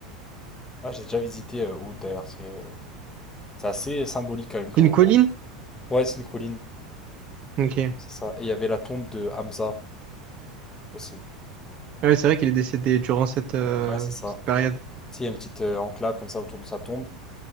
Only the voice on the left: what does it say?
Ouais, j'ai déjà visité euh, Uhud d'ailleurs, c'est c'est assez symbolique quand même comme
endroit. Ouais, c'est une colline,
c'est ça. Et il y avait la tombe de Hamza aussi.
Ouais, c'est ça.
Tu sais, il y a une petite euh, enclave comme ça autour de sa tombe,